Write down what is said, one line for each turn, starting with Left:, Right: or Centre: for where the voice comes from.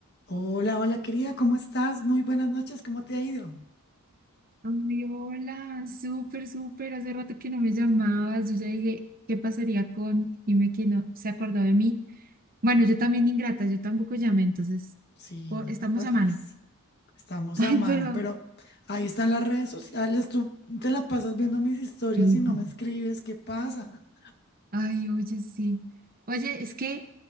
Left: Hola, hola querida, ¿cómo estás? Muy buenas noches, ¿cómo te ha ido?
Right: Ay, hola, súper, súper. Hace rato que no me llamabas. Yo ya dije, ¿qué pasaría con Jime que no se acordó de mí? Bueno, yo también ingrata, yo tampoco llamé, entonces
Left: Sí,
Right: po-
Left: no
Right: estamos
Left: me parece.
Right: a mano.
Left: Estamos a
Right: Ay,
Left: mano,
Right: pero,
Left: pero ahí están las redes sociales, tú te la pasas viendo mis historias
Right: <laughs>
Left: y no me escribes, ¿qué pasa?
Right: ay, oye, sí. Oye, es que,